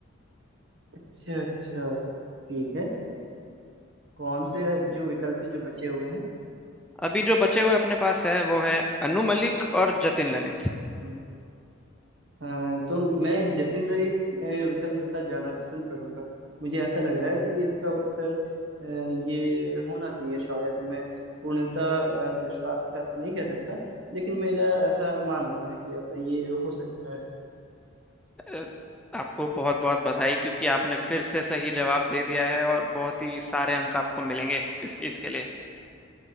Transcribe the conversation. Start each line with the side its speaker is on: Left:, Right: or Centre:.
Right: अच्छा अच्छा ठीक है अ, कौन से जो विकल्प है जो बचे हुए हैं
Centre: अभी जो बचे हुए अपने पास है वो है अनु मलिक और जतिन ललित
Right: हम्म, अ, तो मैं जतिन ललित अ, विकल्प के साथ जाना पसंद करूंगा मुझे ऐसा लग रहा है कि इसका उत्तर अ, ये होना चाहिए शायद मैं पूर्णतः अ, विश्वास के साथ तो नहीं कह सकता लेकिन मेरा ऐसा मानना है कि ऐसा ये हो सकता है
Centre: अ, आपको बहुत बहुत बधाई क्योंकि आपने फिर से सही जवाब दे दिया है और बहुत ही सारे अंक आपको मिलेंगे इस चीज के लिए